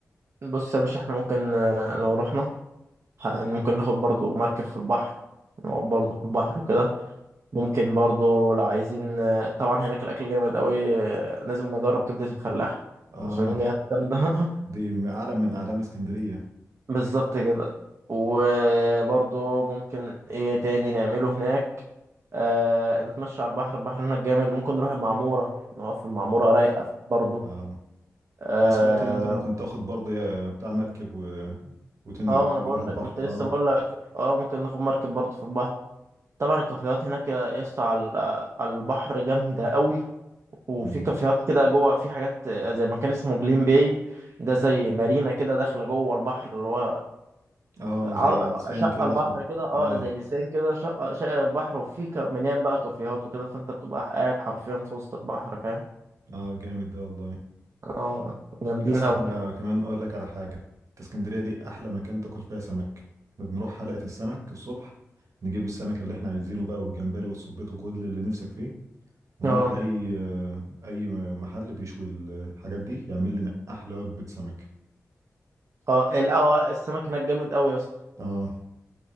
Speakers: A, on the right (about 55°); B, on the right (about 70°).
A: بص يا باشا احنا ممكن آه، لو رحنا ه- ممكن ناخد برضو مركب في البحر نقعد برضو في البحر وكده ممكن برضو لو عايزين طبعا هناك الأكل جامد قوي لازم نجرب كبدة الفلاح
B: اه
A: عشان جامد جامدة <laughs>
B: دي اعلى من اعلام اسكندريه
A: بالظبط كده وبرضو ممكن ايه تاني نعمله هناك آه نتمشى على البحر البحر هناك جامد ممكن نروح المعمورة نقف في المعمورة رايقة برضو
B: اه
A: اه
B: انا سمعت ان انت ممكن تاخد برضه يا- بتاع مركب و... وتروح
A: آه، ما انا بقول
B: البحر
A: لك كنت لسه
B: اه
A: بقول لك اه ممكن ناخد مركب برضو في البحر طبعا الكافيهات هناك يا يا اسطى على على البحر جامدة قوي وفي
B: امم
A: كافيهات كده جوه في حاجات زي مكان اسمه جليم باي ده زي مارينا كده داخله جوه البحر اللي هو
B: اه
A: عر...
B: زي لسان
A: شقه
B: كده
A: البحر
B: داخل
A: كده اه
B: اه
A: زي لسان كده شقه شقه البحر وفي ك... مليان بقى كافيهات وكده فانت بتبقى قاعد حرفيا في وسط البحر فاهم
B: اه جامد ده والله
A: اه جامدين
B: يس
A: قوي
B: احنا كمان اقول لك على حاجه إنت اسكندريه دي احلى مكان تاكل فيها سمك احنا بنروح حلقه السمك الصبح نجيب السمك اللي احنا عايزينه بقى والجمبري والصبيط وكل اللي نفسك فيه ونروح
A: اه
B: لاي آه، اي محل بيشوي الحاجات دي يعمل لنا احلى وجبه سمك
A: اه ال- اه السمك هناك جامد قوي يا اسطى
B: اه